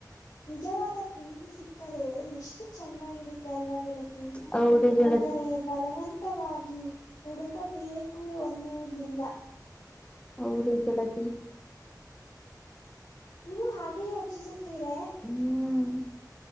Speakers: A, on the left; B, on the left.
A: ನಿಜವಾದ ಪ್ರೀತಿ ಸಿಕ್ಕರೆ ಎಷ್ಟು ಚೆನ್ನಾಗಿರುತ್ತೆ ಅಲ್ವ ಗೆಳತಿ. ತಿ
B: ಹೌದು ಗೆಳತಿ
A: ಆದರೆ ಬಲವಂತ. ತವಾಗಿ ಹುಡುಕಬೇಕು ಅನ್ನುವುದಿಲ್ಲ.
B: ಹೌದು ಗೆಳತಿ.
A: ನೀವು ಹಾಗೆ ಯೋಚಿಸುತ್ತೀರ.
B: ಹ್ಮ್